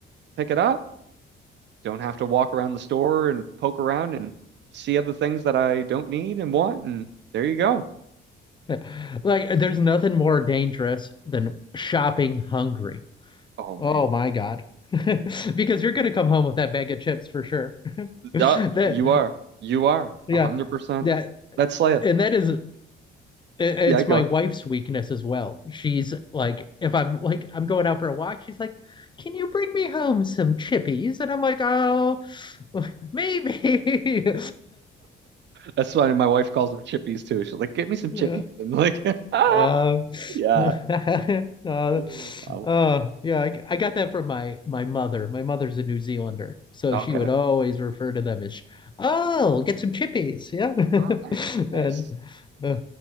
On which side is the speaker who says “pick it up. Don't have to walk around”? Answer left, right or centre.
Right